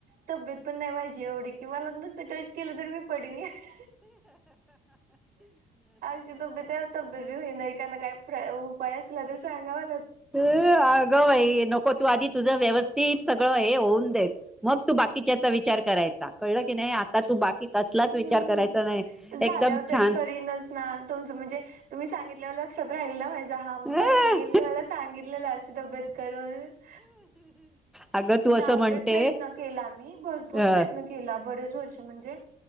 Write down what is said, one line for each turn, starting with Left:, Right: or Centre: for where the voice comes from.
Right: <inaudible> तब्बेत पण नाय वायजे जेवढी कि मला नुसत टस्च केलं, तर मी पडून पडीन, <unintelligible> आशी तब्बेत हाय तब्बेत बी होई नाही काना काय प्र पायास तुला द सांगावा
Centre: ह, अगं हाई नको तू आधी तुझ व्यवस्थ ति सगळं हे होऊन देत. मग तू बाकीच्याचा विचार करायचा कळलं की नाही. आता तू बाकी कसलाच
Right: ह,
Centre: विचार करायचा नाही
Right: <inaudible> झाल्यावर
Centre: एकदम
Right: तरी
Centre: छान
Right: करीनच ना तुमच म्हणजे तुम्ही सांगितल्यावर लक्षात राहील नाझ मा हा बाबा
Centre: ह
Right: ननी मला सांगितलेलं अशी तब्येत कर म्हणून <inaudible>
Centre: अगं तू
Right: नाव
Centre: असं म्हणते
Right: लय प्रयत्न केला मी, भरपूर
Centre: अ
Right: प्रयत्न केला बरेच वर्ष म्हणजे,